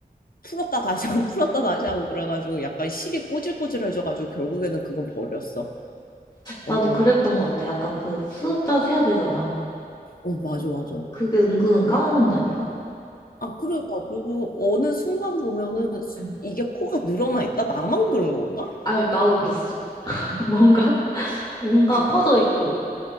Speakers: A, on the left (about 60°); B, on the left (about 25°).
A: 풀었다 다시 하고 <laughs> 풀었다 다시 하고 그래가지고 약간 실이 꼬질꼬질해져가지고 결국에는 그건 버렸어.
B: 나도
A: 어,
B: 그랬던 것 같아. 약간 그 숫자 세야 되잖아.
A: 어, 맞아, 맞아.
B: 그게 은근 까먹는다니까?
A: 아, 그러니까. 그리고 어느 순간 보면은
B: 응.
A: 이게 코가 늘어나 있다? 나만 그런 건가?
B: 아니, 나도 그랬어. <laughs> 뭔가, 뭔가
A: 어,
B: 커져 있고.